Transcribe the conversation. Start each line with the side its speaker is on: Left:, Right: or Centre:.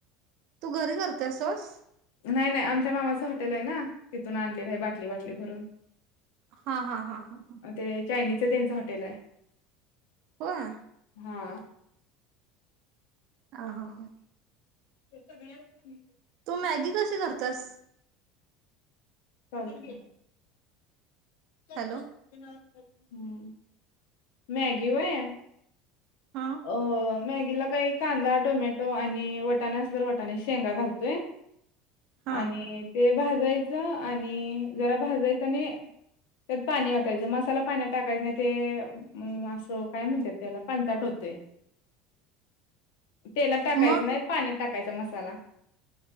Right: तू घरी करते सस.
Left: नाही नाही आमच्या मामाचं हॉटेल आहे ना तिथून आणलेलं आहे. बाटली बाटली भरून
Right: हा, हा, हा, हा, हा.
Left: ते चायनीजच त्यांच हॉटेल हाय
Right: होय.
Left: हा.
Right: आ ह <unintelligible>
Left: ते <unintelligible>
Right: तू मॅगी कशी करत्यास.
Left: चालतय. हम
Right: हॅलो
Left: मॅगी वय.
Right: हा
Left: हो मॅगीला काही कांदा टोमॅटो आणि वटाणे असल्या तर वटाने शेंगा घालतोय.
Right: हा.
Left: आणि ते भाजायचं आणि जरा भाजायचं आणि त्यात पाणी वतायचा मसाला पाण्यात टाकायचं नाही ते अ असं काय म्हणतात त्याला पांचट होतो. होतंय तेला टाकायचं
Right: मग
Left: नाही पाण्यात टाका कायचा मसाला.